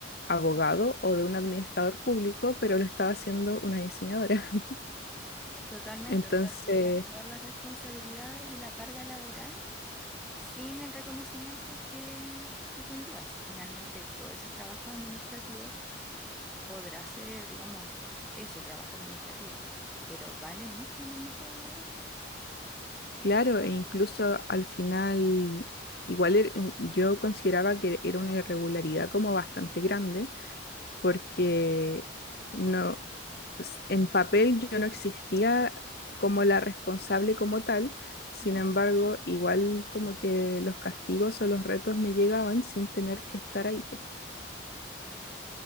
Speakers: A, on the left; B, in the centre.
A: abogado o de un administrador público, pero lo estaba haciendo una diseñadora. <laughs>
B: Totalmente,
A: Entonces,
B: o sea, te dieron todas las responsabilidades y la carga laboral sin el reconocimiento que, que conlleva. Si finalmente todo ese trabajo administrativo podrá ser, digamos, eso, trabajo administrativo, pero vale mucho en el mercado laboral.
A: claro, e incluso al final, igual er- yo consideraba que era una irregularidad como bastante grande, porque no, s- en papel yo no existía como la responsable como tal, sin
B: Ujú.
A: embargo, igual como que los castigos o los retos me llegaban sin tener que estar ahí. po.
B: Claro,